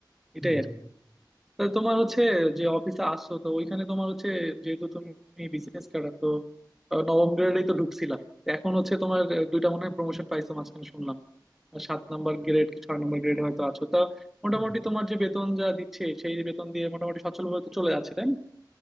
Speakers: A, in the centre; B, on the left (about 35°).
A: এটাই
B: হম
A: আর কি। তা তোমার হচ্ছে যে অফিসে আসছো তো ওইখানে তোমার হচ্ছে যেহেতু তুমি বিসিএস ক্যাডার তো আহ, নবম গ্রেডেই তো ঢুকছিলা তো এখন হচ্ছে তোমার আহ, দুইটা মনে হয় প্রমোশন পাইছো মাঝখানে শুনলাম আর সাত নাম্বার গ্রেড কি ছয় নাম্বার গ্রেডে হয়তো আছো তা মোটামুটি
B: হম <laughs>
A: তোমার যে বেতন যা দিচ্ছে সেই বেতন দিয়ে মোটামুটি সচ্ছল ভাবে তো চলে যাচ্ছে তাই